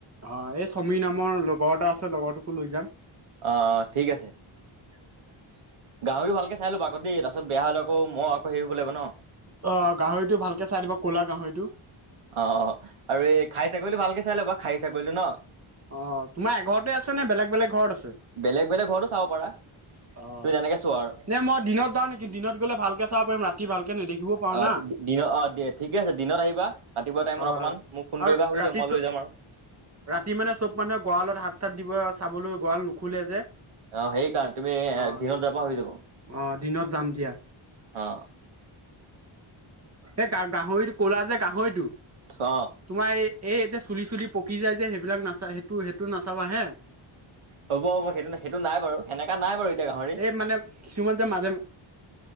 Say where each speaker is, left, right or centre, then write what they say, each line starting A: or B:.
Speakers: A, on the right (about 30°); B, on the right (about 85°).
A: অহ এইচ সমীৰ নামৰ লগৰ এটা আছে লগৰটোকো লৈ যাম।
B: অ', - অ', ঠিক আছে।
A: <inaudible>
B: গাহৰি ভালকে চাই লবা আকৌ দেই তাৰপাছত বেয়া হ'লে আকৌ মই আকৌ হেৰি হ'ব লাগিব ন'।
A: অহ, গাহৰিটো ভালকে চাই দিব ক'লা গাহৰিটো।
B: অ', আৰু এই খাহী ছাগলীটো ভালকে চাই ল'বা খাহী ছাগলীটো ন'?
A: অহ, তোমাৰ এঘৰতে আছে নে বেলেগ বেলেগ ঘৰত আছে?
B: বেলেগ বেলেগ ঘৰতো চাব পাৰা
A: অহ,
B: তুমি যেনেকে চোৱা আৰু
A: নে মই দিনত যাওঁ নেকি দিনত গ'লে ভালকে চাব পাৰিম ৰাতি ভালকে নেদেখিবও পাৰো
B: অহ,
A: না
B: দিনত অহ ঠিকে আছে দিনত আহিবা ৰাতিপুৱা টাইমত
A: অ
B: অকমান মোক ফোন
A: আৰু
B: কৰিবা হৈ
A: ৰাতি
B: যাব। মই
A: চ
B: লৈ যাম আৰু।
A: ৰাতি মানে চব মানুহে গঁৰালত হাত -চাত দিব চাবলৈ গঁৰা়ল নুখুলে যে।
B: অহ, সেইকাৰণে তুমি
A: অ
B: দিনত যাবা হৈ যাব।
A: অ দিনত যাম দিয়া।
B: অহ
A: এই গাহৰিটো ক'লা যে গাহৰিটো
B: অ
A: তোমাৰ এই এই- এই যে চুলি- চুলি পকি যায় যে সেইবিলাক নাচা সেইটো -সেইটো নাচাবা হে।
B: হ'ব -হ'ব, সেইটো -সেইটো নাই বাৰু এনেকা নাই বাৰু। এতিয়া গাহৰি
A: এই মানে কিছুমান যে মাজে